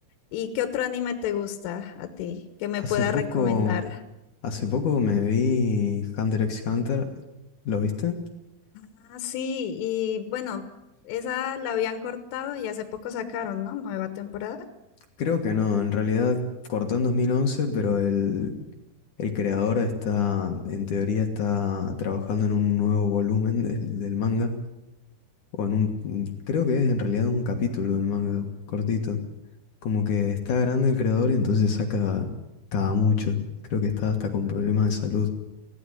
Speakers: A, on the left (about 80°); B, on the left (about 60°).
A: ¿Y qué otro anime te gusta a ti que me
B: Hace
A: pueda
B: poco,
A: recomendar?
B: hace poco me vi Hunter x Hunter, ¿lo viste?
A: Ah, sí, y bueno, esa la habían cortado y hace poco sacaron, ¿no? Nueva temporada.
B: Creo que no, en realidad cortó en 2011, pero el, el creador está, en teoría, está trabajando en un nuevo volumen del, del manga, o en un, creo que es en realidad un capítulo del manga, cortito. Como que está grande el creador y entonces saca cada mucho. Creo que está hasta con problemas de salud.